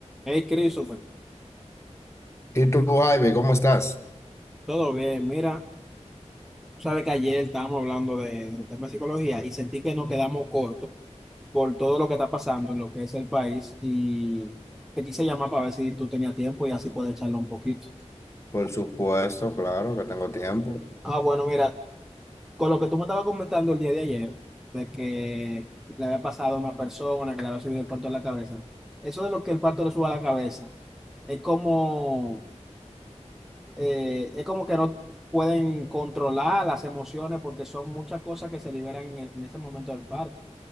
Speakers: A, in the centre; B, on the left (about 25°).
A: Hey, Christopher,
B: ¿Y tú, Ivy, cómo estás?
A: todo bien. Mira, sabes que ayer estábamos hablando de, del tema de psicología y sentí que nos quedamos cortos por todo lo que está pasando en lo que es el país y te quise llamar para ver si tú tenías tiempo y así poder echarlo un poquito.
B: Por supuesto, claro que tengo tiempo.
A: Ah, bueno, mira, con lo que tú me estabas comentando el día de ayer, de que le había pasado a una persona que le había subido el parto a la cabeza, eso de lo que el parto le suba a la cabeza es como eh, es como que no pueden controlar las emociones porque son muchas cosas que se liberan en, el- en ese momento del parto.